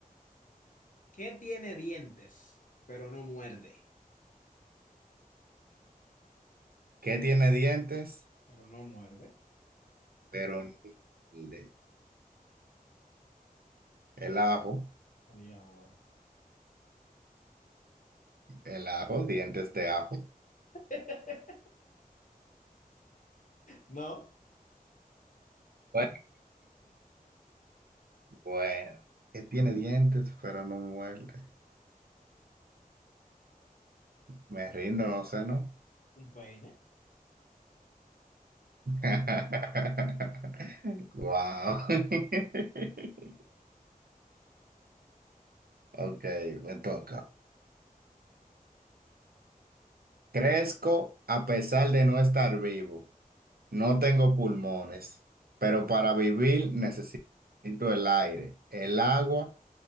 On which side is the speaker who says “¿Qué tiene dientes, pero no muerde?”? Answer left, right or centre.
Left